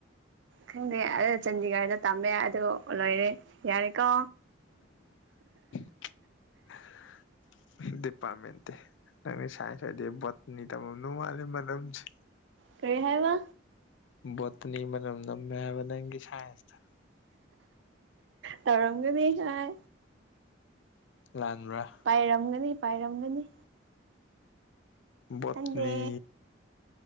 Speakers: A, on the right; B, on the left.
A: ꯈꯪꯗꯦ ꯑꯗꯨ ꯆꯥꯟꯗꯤꯒꯔꯗ ꯇꯝꯃꯦ ꯑꯗꯨ ꯂꯣꯏꯔꯦ ꯌꯥꯔꯦꯀꯣ
B: <inaudible> ꯗꯤꯄꯥꯔꯠꯃꯦꯟꯇꯤ ꯅꯪꯅ ꯁꯥꯏꯟ ꯑꯣꯏꯔꯗꯤ ꯕꯣꯠꯅꯤ ꯇꯝꯂꯝꯗꯧ ꯃꯥꯟꯂꯦ ꯃꯅꯝꯁꯦ
A: ꯀꯔꯤ ꯍꯥꯏꯕ
B: ꯕꯣꯠꯇꯥꯅꯤ ꯃꯅꯝ ꯃꯅꯝꯃꯦ ꯍꯥꯏꯕ ꯅꯪꯒꯤ ꯁꯥꯏꯟꯁꯗꯣ
A: ꯇꯧꯔꯝꯒꯅꯤ ꯍꯣꯢ
B: ꯂꯥꯟꯕ꯭ꯔꯥ
A: ꯄꯥꯏꯔꯝꯒꯅꯤ ꯄꯥꯏꯔꯝꯒꯅꯤ
B: ꯄꯣꯠꯇꯅꯤ
A: ꯈꯪꯗꯦ